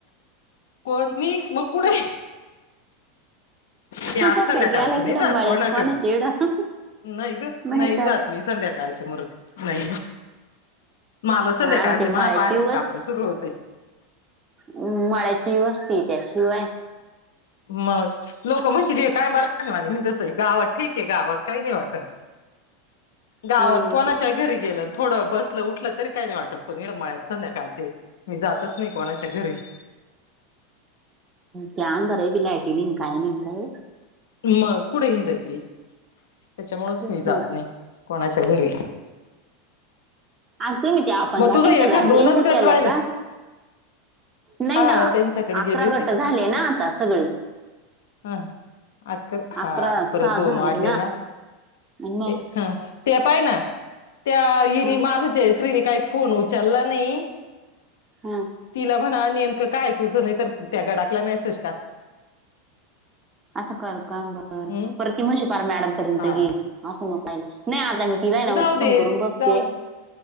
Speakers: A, on the left (about 65°); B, on the right (about 25°).
A: कोण मी मग कुठं <inaudible> मी आज
B: म्हटलं
A: संध्याकाळची
B: गेलाय
A: नई
B: तिकडं
A: जात
B: मळ्यात
A: कोणाकडं
B: कोणाच्या इकडं
A: नाय गं
B: नाही
A: नाय
B: का.
A: जात मी संध्या काळचे <unintelligible> नाय मला संध्याकाळच्या
B: हा ना ते मळ्याची
A: मा पायांचं कापड सुरू होतंय
B: म् मळ्याची वस्ती त्याशिवाय
A: मज लोक मशली काय बर नाही वातोय <unintelligible> गावात ठीक आहे गावात काही नाही वाटत गावात
B: हम्म
A: कोणाच्या
B: ते
A: घरी गेलंन थोडं बसलं उठलं तरी काही नाही वाटत पण निडमाळ्यात संध्याकाळचे मी जातच नाही कोणाच्या घरी <inaudible>
B: त्या आदर बलायटी <unintelligible> नि काय नि काय
A: मग कुठे हिंड ती त्याच्यामुळेच
B: तेच
A: मी जात
B: ना.
A: नाही कोणाच्या घरी
B: आज तुम्ही ते आपण
A: मग
B: गटांक
A: तुझं एखा
B: जायल
A: दोनच
B: त्यांच्या
A: गट
B: केल्या
A: राहिल
B: का? नाही
A: हा
B: ना
A: त्यांच्याकडे
B: अकरा
A: गेली
B: गट
A: ती
B: झाले ना आता सगळे.
A: हं अ हा
B: अकरा सहा
A: परत दोन
B: झाले
A: वाढले ना
B: मग
A: ते हा ते पाय ना त्या हिनी
B: हा
A: माझ जयश्रीनी काही फोन उचला नाही
B: हा
A: तिला म्हणा नेमकं काय तुझं नाही तर त्या गडाकला मेसेज टाक
B: असं कर का बर
A: हम्म
B: पर त म्ह श <unintelligible> पार मॅडम पर्यंत
A: हा
B: गेल असं नका नाही आ मी तिलाय ना
A: जाऊ
B: मी मग फोन
A: दे
B: करून बघते
A: जाऊ दे